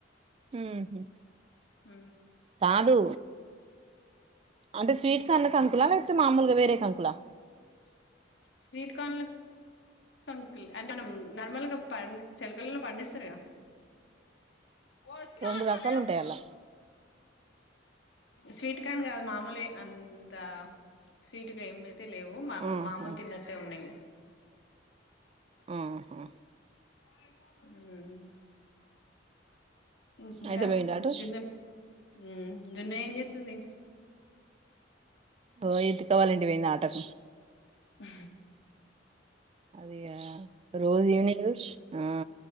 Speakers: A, on the right; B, on the left.
A: ఉహు
B: ఉ
A: తాదు అంటే స్వీట్ సన్న కంకుల లేకపోతే మామూలుగా వేరే కంకులా
B: స్వీట్ కార్న్ లక్ కంకుల్ అండ్ నం నార్మల్గా పన్ చెలకలలో పండిస్తారుగా ఒట్గా
A: రెండు
B: అన్నా
A: రకాలు
B: లేప్
A: ఉంటాయి
B: పో
A: అలా
B: స్వీట్ కార్న్ గాదు మామూలులే అంత స్వీటు గా ఏమి లేదు అయితే లేవు మా
A: ఆహా
B: మామూలు తిన్నట్టే ఉన్నాయి
A: ఆహా
B: ఉ ఇంకా
A: అయితే పోయిండా అటు
B: జున్న ఉ జున్ను ఏం చేతుంది
A: ఓ ఎతిక వాళ్ళ ఇంటికి పోయింది ఆటకు
B: ఆ
A: అదిగా రోజ్ ఈవనింగ్ ఆ